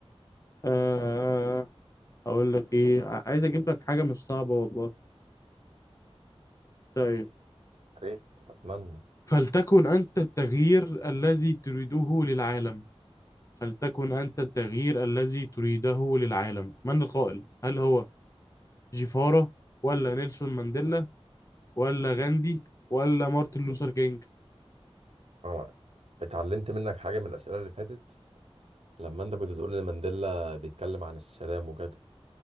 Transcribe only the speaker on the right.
ريت اتمنى
أنا اتعلمت منك حاجه من الاسئله اللي فاتت لما انت كنت بتقول ان مانديلا بيتكلم عن السلام وكده